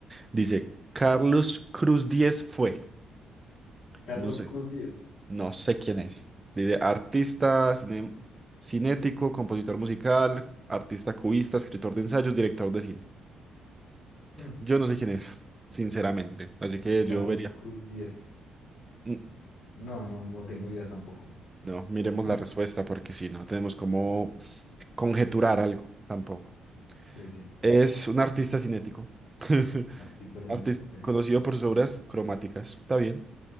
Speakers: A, on the right; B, on the left.
A: Dice, Carlos Cruz Díez fue.
B: Carlos
A: No sé,
B: Cruz 10.
A: no sé quién es. Dice, artista, cine- cinético, compositor musical, artista cubista, escritor de ensayos, director de cine.
B: Hmm,
A: Yo no sé quién es, sinceramente. Así que
B: Carlos
A: yo vería.
B: Cruz 10.
A: Mm,
B: No, no, no tengo idea tampoco.
A: No, miremos
B: Hmm,
A: la respuesta porque si no tenemos como conjeturar algo tampoco.
B: Sí, sí.
A: Es un artista cinético. <laughs>
B: Artista cinético,
A: Artista
B: ok.
A: conocido por sus obras cromáticas. Está bien.